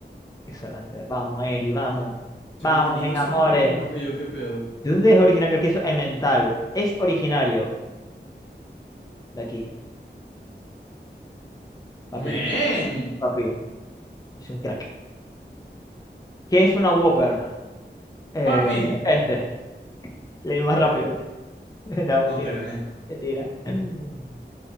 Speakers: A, on the left; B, on the left.
A: Excelente. Vamos, Eri, vamos. Vamos,
B: Chamo, tenéis
A: mis
B: doscientos
A: amores.
B: puntos más que yo, ¿qué pedo?
A: ¿De dónde es originario el queso Emmental? Es originario de aquí. Papi,
B: ¡Men!
A: la pego. Papi, es un crack. ¿Qué es una Whopper? Eh,
B: ¡Papi!
A: este. Leí más
B: Te
A: rápido.
B: gané.
A: <laughs> No, mentira.
B: No, te gané.
A: Mentira. <laughs>